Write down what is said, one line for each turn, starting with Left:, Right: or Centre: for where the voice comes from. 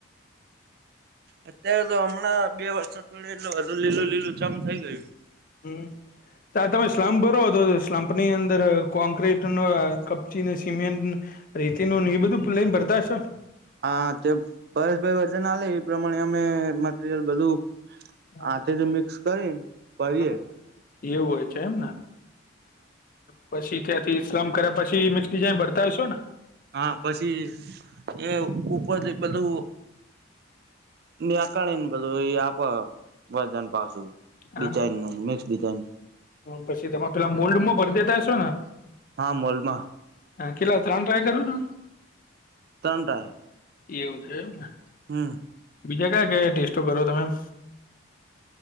Right: અત્યારે તો હમણાં બે વર્ષો થડીે એટલું બધું લીલું લીલું જમ થઈ ગયું.
Left: હમ. ત તમે સ્લમપ ભરો તો સ્લમપ ની અંદર કોંક્રીટ ન કપચીને સિમેન્ટ રીતિ નું એ બધું લઈને ભરતા હશો ને?
Right: હા તે પરેશભાઈ વજન લે એ પ્રમાણે અમે મટરિયલ બધું
Left: ને
Right: આથી જ મિક્સ કરીને પએ <unintelligible>
Left: હા એવું હોય છે એમ ને પછી ત્યાંથી સ્લમ કર્યા પછી મિક્સ ડિઝાઇન ભરતા હોયશો ને
Right: હા પછી એ ઉપર બધું નેકાને બધું એ આપો વજન પાછું
Left: હા
Right: ડિઝઇન
Left: હા
Right: નું મિક્સ ડિઝાઇન
Left: પછી તમે પેલા મોલ્ડમાં ભરી દેતા હશો ને?
Right: હા મોલમાં.
Left: હા કટલા ત્રણ ટ્રાય કરો છો.
Right: ત્રન્ટાય-
Left: એવું છે એમને.
Right: હમ.
Left: બીજા ક્યા ક ટેસ્ટો કરો તમેમ